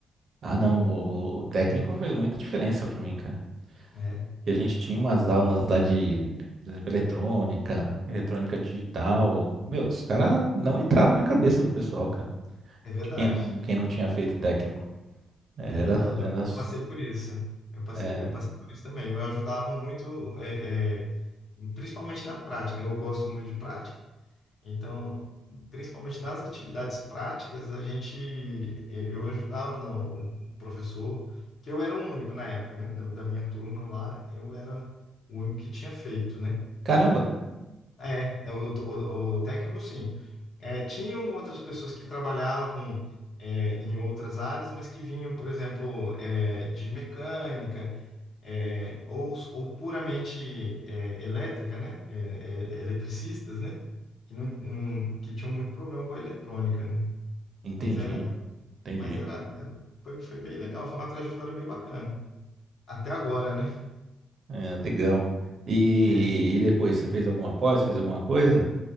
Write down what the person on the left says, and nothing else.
Por-
É,
é verdade.
É verdade. Eu
eu passei por isso. Eu passei,
eu passei por isso também. Eu ajudava muito, é, é, principalmente na prática. Eu gosto muito de prática. Então, principalmente nas atividades práticas, a gente, eu eu ajudava não, o professor, que eu era o único na época, né? Da, da minha turma lá, eu era o único que tinha feito, né?
lá. É, o, o- o técnico sim. É, tinham outras pessoas que trabalhavam é, em outras áreas, mas que vinham, por exemplo, é, de mecânica é, ou, ou puramente é, elétrica, né? É, é, eletricistas, né? Que, não, não- que tinham muito problema com a eletrônica, né?
Mas era,
mas era, era- foi, foi bem legal, foi uma trajetória bem bacana. Até agora, né?
É,